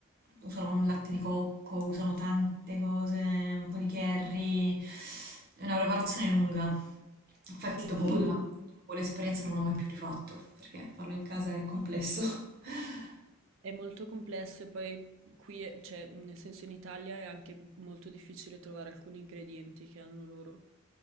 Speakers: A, on the right; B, on the right.
A: Usano il latte di cocco, usano tante cose, un po' di curry, è una preparazione lunga. Infatti,
B: Sì,
A: dopo
B: sì,
A: quella,
B: sì.
A: dopo quell'esperienza non l'ho mai più rifatto perché farlo in casa è complesso. <laughs>
B: è molto complesso e poi qui, è- cioè, nel senso in Italia è anche molto difficile trovare alcuni ingredienti che hanno loro,